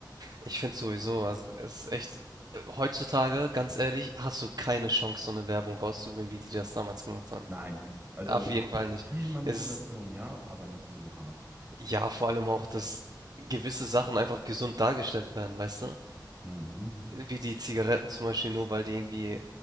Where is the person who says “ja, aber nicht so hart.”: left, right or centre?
Right